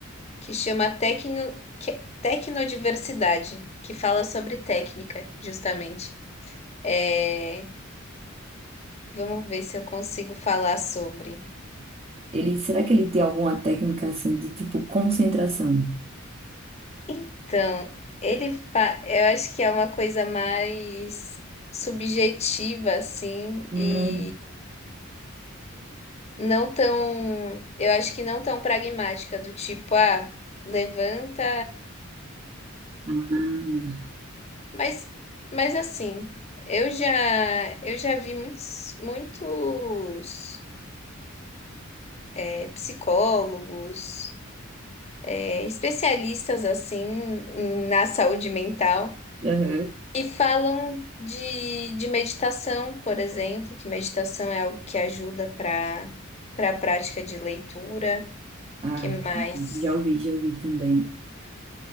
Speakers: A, on the left; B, on the right.
A: que chama Tecno, que- Tecnodiversidade, que fala sobre técnica, justamente. É, vamos ver se eu consigo falar sobre.
B: Ele, será que ele tem alguma técnica assim de tipo concentração?
A: Então, ele fa... eu acho que é uma coisa mais subjetiva, assim,
B: Hum.
A: e não tão, eu acho que não tão pragmática, do tipo, ah, levanta,
B: Ah,
A: mas, mas assim, eu já, eu já vi muitos, muitos é, psicólogos, é, especialistas, assim, em- na saúde mental
B: Aham.
A: E falam de, de meditação, por exemplo, que meditação é algo que ajuda para para a prática de leitura.
B: Ah,
A: Que mais?
B: já ouvi, já ouvi também.